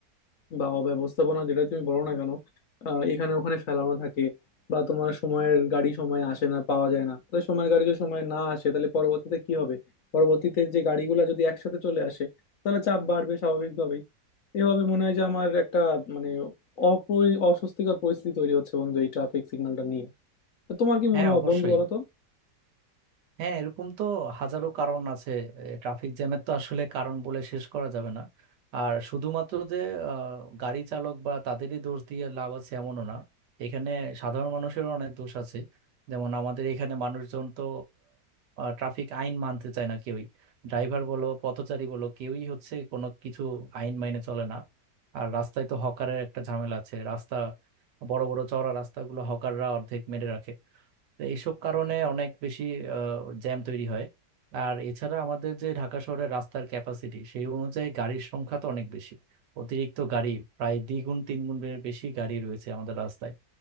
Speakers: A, on the left; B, on the right.
A: বা অব্যবস্থাপনা যেটা তুমি বলো না কেন আহ, এখানে ওখানে ফেলানো থাকে বা তোমার সময়ের গাড়ি সময় আসে না পাওয়া যায় না তাহলে সময়ের গাড়ি যদি সময় না আসে তাহলে পরবর্তীতে কি হবে পরবর্তীতে যে গাড়িগুলো যদি একসাথে চলে আসে তাহলে চাপ বাড়বে স্বাভাবিকভাবেই এভাবে মনে হয় যে আমার একটা মানে অপরি অস্বস্তিকর পরিস্থিতি তৈরি হচ্ছে বন্ধু এই ট্রাফিক সিগন্যালটা নিয়ে তো তোমার কি
B: হ্যাঁ
A: মনে হয়
B: অবশ্যই
A: বন্ধু বলো তো
B: হ্যাঁ এরকম তো হাজারো কারণ আছে ট্রাফিক জ্যামের তো আসলে কারণ বলে শেষ করা যাবে না আর শুধুমাত্র যে আহ, গাড়ি চালক বা তাদেরই দোষ দিয়ে লাভ আছে এমনও না এখানে সাধারণ মানুষেরও অনেক দোষ আছে যেমন আমাদের এখানে মানুষজন তো ট্রাফিক আইন মানতে চায় না কেউই ড্রাইভার বলো পথচারী বলো কেউই হচ্ছে কোনো কিছু আইন মাইনে চলে না আর রাস্তায় তো হকারের একটা ঝামেলা আছে রাস্তা বড় বড় চওড়া রাস্তাগুলো হকাররা অর্ধেক মেরে রাখে তো এইসব কারণে অনেক বেশি জ্যাম তৈরি হয় আর এছাড়া আমাদের যে ঢাকা শহরের রাস্তার ক্যাপাসিটি সেই অনুযায়ী গাড়ির সংখ্যা তো অনেক বেশি অতিরিক্ত গাড়ি প্রায় দ্বিগুণ তিন গুণ বে- বেশি গাড়ি রয়েছে আমাদের রাস্তায়